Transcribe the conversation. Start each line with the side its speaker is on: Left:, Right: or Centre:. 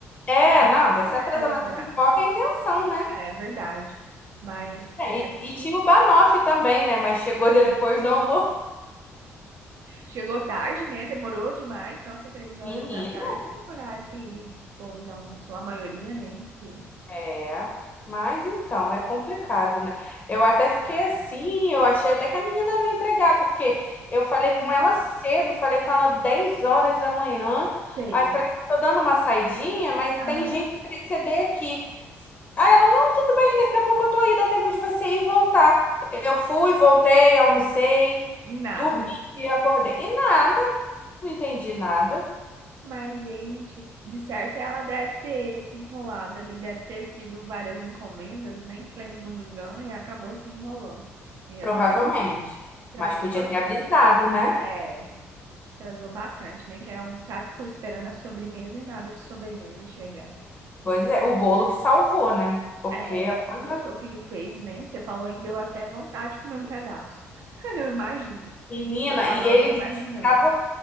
Left: É, não, vai ser
Right: É,
Left: atrasado,
Right: é lembrar.
Left: mas o que importa é a intenção, né?
Right: É verdade. Mas
Left: É, e,
Right: a gente
Left: e tinha o Banoff também, né? Mas chegou <laughs> depois do almoço.
Right: chegou tarde, né? Demorou demais. Nossa, três horas
Left: Menina.
Right: da tarde é um horário que o povo já almoçou, a maioria, né? em si.
Left: É, mas então, é complicado, né? Eu até fiquei
Right: Ai,
Left: assim, eu achei até que a menina não ia entregar, porque eu falei com
Right: Não
Left: ela cedo, falei com ela 10 horas da manhã,
Right: sei.
Left: aí falei, eu tô dando uma saidinha, mas
Right: Aham.
Left: tem gente que quer receber aqui. Aí ela, não, tudo bem, daqui a pouco eu tô aí, dá tempo de você ir e voltar. Eu fui, voltei, almocei,
Right: De nada.
Left: dormi e acordei. E nada, não entendi nada,
Right: Mas, gente, de certo ela deve ter se enrolado ali, deve ter sido várias encomendas, né? Em pleno domingão, e acabou se enrolando. E
Left: provavelmente.
Right: atrasou, atrasou
Left: Mas podia
Right: bastante.
Left: ter avisado, né?
Right: É. Atrasou bastante, né? Que Quer almoçar, ficou esperando a sobremesa e nada de sobremesa chegar.
Left: Pois é, o bolo que salvou, né? Porque,
Right: É, o bolo
Left: olha,
Right: que seu filho fez, né? Você falou aí, deu até vontade de comer um pedaço. <laughs> Eu imagino.
Left: menina,
Right: Eu falando,
Left: e ele
Right: eu imaginando.
Left: disse que tava,